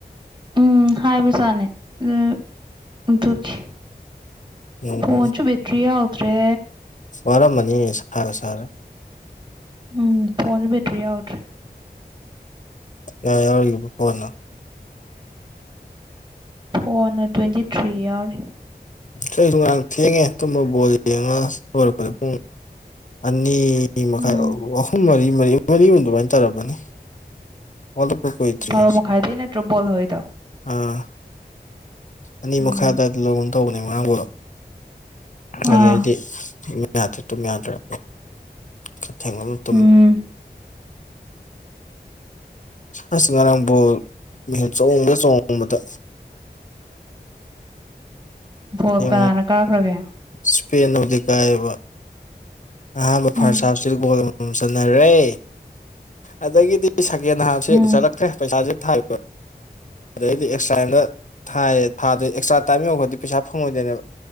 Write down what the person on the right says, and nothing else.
ꯎꯝ ꯍꯥꯏꯕꯖꯥꯅꯦ ꯑꯗꯨ ꯑꯗꯨꯈꯤ
ꯐꯣꯟꯣꯟꯁꯨ ꯦꯇꯔꯤ ꯌꯥꯎꯗ꯭ꯔꯦ
ꯎꯝ ꯐꯣꯟꯁ‌ꯦ‌ ꯕ‌ꯦꯇꯔꯤ ꯌꯥꯎ
ꯐꯣꯟꯅ ꯇꯨꯋꯦꯟꯇꯤ ꯊ꯭ꯔꯤ ꯌꯥꯎꯔꯤ
ꯎꯝ
ꯕꯥꯔꯣ
ꯃꯈꯥꯏꯗꯩ ꯅꯠꯇ꯭ꯔꯣ ꯕꯣꯜ ꯍꯧꯔꯤꯗꯣ
ꯎꯝ
ꯑꯥ
ꯎꯝ
ꯕꯣꯜ
ꯀꯅꯥꯅ ꯀꯥꯈ꯭ꯔꯒꯦ
ꯎꯝ
ꯎꯝ